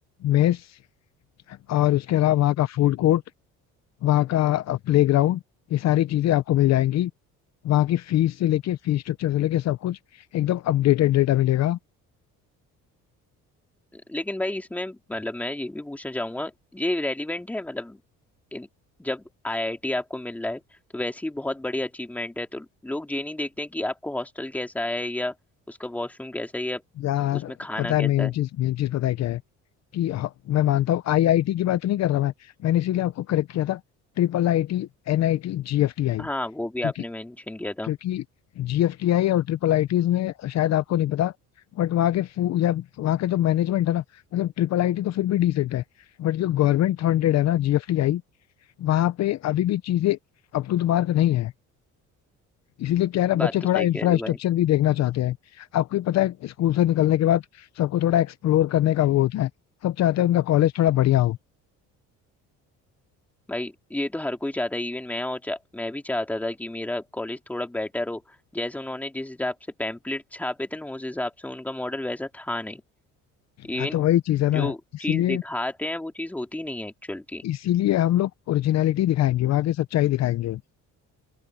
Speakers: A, on the left; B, in the centre.
A: मेस और उसके अलावा वहाँ का फूड कोर्ट वहाँ का प्ले ग्राउंड ये सारी चीजें आपको मिल जाएंगी वहाँ की फीस से लेके फीस स्ट्रक्चर से लेके सब कुछ एकदम अपडेटेड डेटा मिलेगा
B: लेकिन भाई इसमें मतलब मैं ये भी पूछना चाहूंगा ये रेलिवेंट है मतलब इन जब आईआईटी आपको मिल रहा है तो वैसे ही बहुत बड़ी अचीवमेंट है तो लोग ये नहीं देखते हैं कि आपको हॉस्टल कैसा है या उसका वॉशरूम कैसा है या
A: यार
B: उसमें खाना
A: पता
B: कैसा
A: है मेन
B: है
A: चीज मेन चीज पता है क्या है कि ह- मैं मानता हूँ आईआईटी की बात तो नहीं कर रहा मैं मैंने इसीलिए आपको करेक्ट किया था ट्रिपल आईटी एनआईटी जीएफटीआई
B: हाँ वो भी
A: क्योंकि
B: आपने मेंशन किया था
A: क्योंकि जीएफटीआई और ट्रिपल आईटीज में शायद आपको नहीं पता बट वहाँ के फू या वहाँ का जो मैनेजमेंट है ना मतलब ट्रिपल आईटी तो फिर भी डिसेंट है बट जो गवर्नमेंट फंडेड है ना जीएफटीआई वहाँ पे अभी भी चीजें अप टू द मार्क नहीं है इसीलिए क्या है ना
B: बात
A: बच्चे
B: तो
A: थोड़ा
B: सही कह
A: इंफ्रास्ट्रक्चर
B: रहे हो भाई
A: भी देखना चाहते हैं आपको भी पता है स्कूल से निकलने के बाद सबको थोड़ा एक्सप्लोर करने का वो होता है सब चाहते हैं उनका कॉलेज थोड़ा बढ़िया हो
B: भाई ये तो हर कोई चाहता है इवन मैं और चा, मैं भी चाहता था कि मेरा कॉलेज थोड़ा बेटर हो जैसे उन्होंने जिस हिसाब से पैम्पलेट छापे थे ना उस हिसाब से उनका मॉडल वैसा था नहीं इवन
A: हाँ तो वही चीज है ना
B: जो
A: इसीलिए
B: चीज दिखाते हैं वो चीज होती नहीं है एक्चुअल की
A: इसीलिए हम लोग ओरिजिनलिटी दिखाएंगे वहां की सच्चाई दिखाएंगे